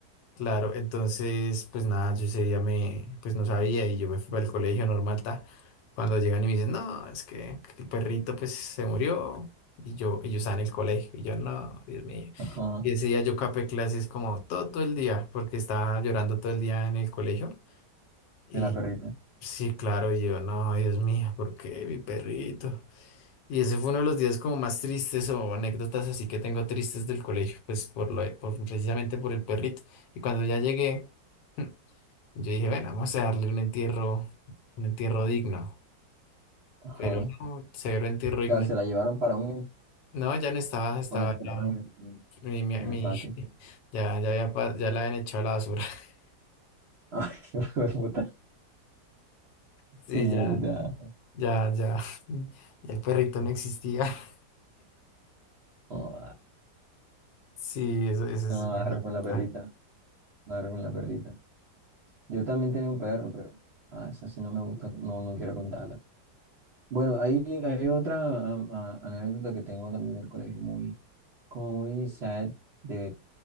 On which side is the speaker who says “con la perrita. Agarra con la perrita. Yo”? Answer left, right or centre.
Right